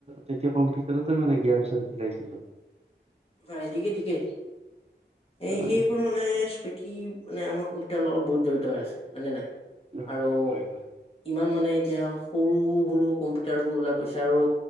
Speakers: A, on the right; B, on the left.
A: তেতিয়া কম্পিউটাৰতে মানে জ্ঞান চান উলাইছিলে।
B: ভাই ঠিকে ঠিকে এই
A: হয়
B: সেইবোৰ মানে কি মানে আমাৰ কম্পিউটাৰৰ লগত বহুত জড়িত হৈ আছে হয় নে নাই
A: হয়
B: আৰু
A: হয়
B: ইমান মানে এতিয়া সৰু সৰু কম্পিউটাৰ বোৰ ওলাই গৈছে এতিয়া আৰু